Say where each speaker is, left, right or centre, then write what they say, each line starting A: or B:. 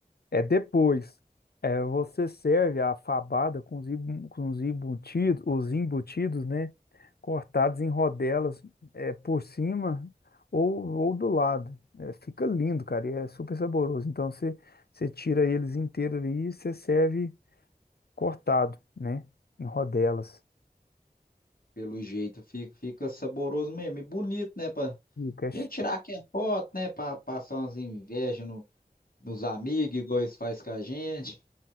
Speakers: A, on the left; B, on the left.
A: é depois. É, você serve a fabada com os, embu- com os embutidos, os embutidos, né? Cortados em rodelas, é, por cima ou, ou do lado. É, fica lindo, cara, e é super saboroso. Então, você, você tira eles inteiros ali e você serve cortado, né? Em rodelas.
B: Pelo jeito fica, fica saboroso mesmo e bonito, né? Pra...
A: E o cash
B: E tirar aquela foto, né? Para passar umas invejas no nos amigos, igual eles fazem com a gente.